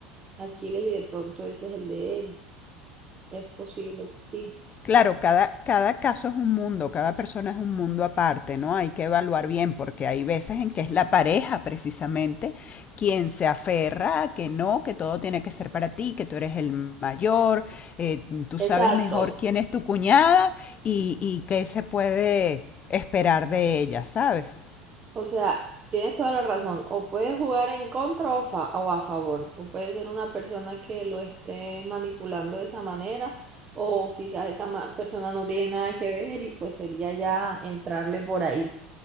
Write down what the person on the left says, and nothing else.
Claro, cada, cada caso es un mundo, cada persona es un mundo aparte, ¿no? Hay que evaluar bien porque hay veces en que es la pareja precisamente quien se aferra a que no, que todo tiene que ser para ti, que tú eres el mayor, eh, tú
sabes mejor quién es tu cuñada y, y qué se puede esperar de ella, ¿sabes?